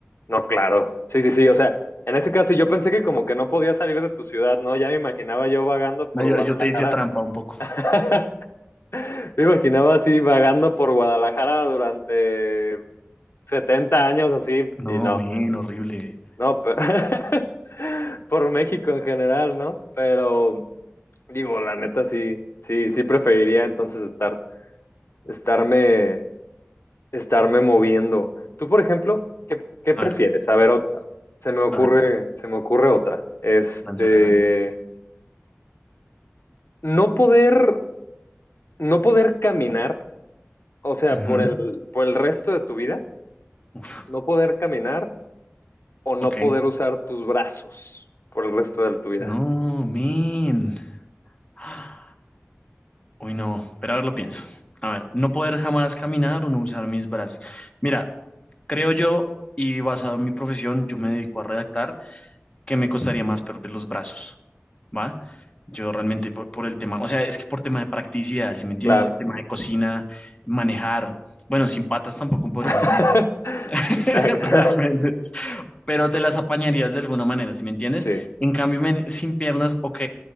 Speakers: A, on the left; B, on the left.
A: No, claro. Sí, sí, sí. O sea, en ese caso yo pensé que como que no podía salir de tu ciudad, ¿no? Ya me imaginaba yo vagando por
B: No, yo,
A: Guadalajara.
B: yo te hice trampa un poco.
A: <laughs> me imaginaba así vagando por Guadalajara durante 70 años así y
B: No,
A: no,
B: men, horrible.
A: no, pero- <laughs> por México en general, ¿no? Pero digo, la neta sí, sí, sí preferiría entonces estar, estarme estarme moviendo. Tú, por ejemplo, ¿qué, qué
B: A
A: prefieres?
B: ver,
A: A ver, otra. se me ocurre,
B: a ver,
A: se me ocurre otra. Este,
B: lánzala, lánzala.
A: no poder, no poder caminar, o sea,
B: Ujú,
A: por el, por el resto de tu vida,
B: uf,
A: no poder caminar o no
B: ok.
A: poder usar tus brazos por el resto de tu vida.
B: No, men. Ah, Uy, no. Pero a ver, lo pienso. A ver, no poder jamás caminar o no usar mis brazos. Mira, creo yo, y basado en mi profesión, yo me dedico a redactar, que me costaría más perder los brazos. ¿Va? Yo realmente por, por el tema, o sea, es que por tema de practicidad, si me entiendes,
A: Claro.
B: tema de cocina, manejar. Bueno, sin patas tampoco podrías
A: <laughs>
B: manejar <laughs>
A: Exacto.
B: Realmente. Pero te las apañarías de alguna manera, ¿si me entiendes?
A: Sí.
B: En cambio, men, sin piernas, ok,